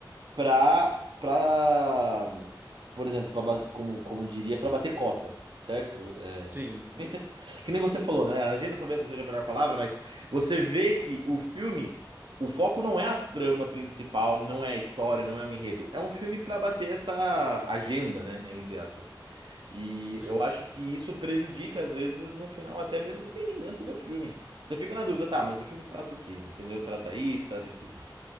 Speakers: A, on the right; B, on the right.
A: pra, pra, por exemplo, pra, ba- como, como diria, pra bater cota, certo? É,
B: Sim, uhum,
A: nem você- que nem você falou, né? A agenda talvez não seja a melhor palavra, mas você vê que o filme, o foco não é a trama principal, não é a história, não é o enredo. É um filme pra bater essa agenda, né? Entre aspas. E
B: sim.
A: eu acho que isso prejudica, às vezes, no final, até mesmo o entendimento do filme. Você fica na dúvida, tá, mas o filme trata o quê? Entendeu? Trata isso, trata aquilo.